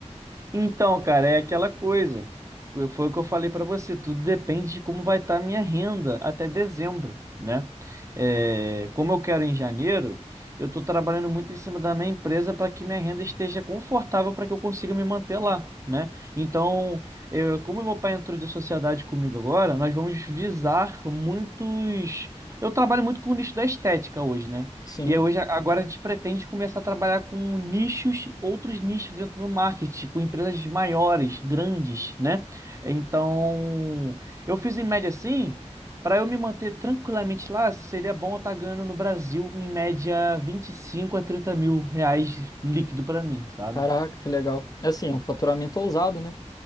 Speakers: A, on the right; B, on the left.
A: Então, cara, é aquela coisa. Foi foi o que eu falei pra você. Tudo depende de como vai estar a minha renda até dezembro, né? É, como eu quero em janeiro, eu estou trabalhando muito em cima da minha empresa para que minha renda esteja confortável para que eu consiga me manter lá, né? Então, eu- como meu pai entrou de sociedade comigo agora, nós vamos visar muitos. Eu trabalho muito com o nicho da estética hoje, né?
B: Sim.
A: E aí hoje, agora a gente pretende começar a trabalhar com nichos, outros nichos dentro do marketing, com empresas maiores, grandes, né? Então, eu fiz em média assim, para eu me manter tranquilamente lá, seria bom eu estar ganhando no Brasil em média 25 a 30 mil reais líquido para mim, sabe?
B: Caraca, que legal. É Assim, é um faturamento ousado, né?